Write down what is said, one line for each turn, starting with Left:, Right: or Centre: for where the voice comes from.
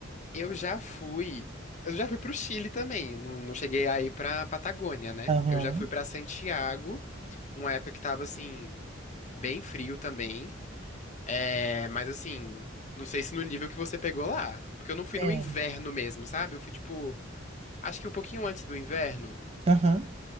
Left: Eu já fui. Eu já fui pro Chile também. Não, não cheguei aí pra Patagônia, né?
Right: Aham.
Left: Eu já fui pra Santiago uma época que tava assim. bem frio também. É, mas assim, não sei se no nível que você pegou lá. Porque eu não fui
Right: É.
Left: no inverno mesmo, sabe? Eu fui, tipo, acho que um pouquinho antes do inverno,
Right: Aham.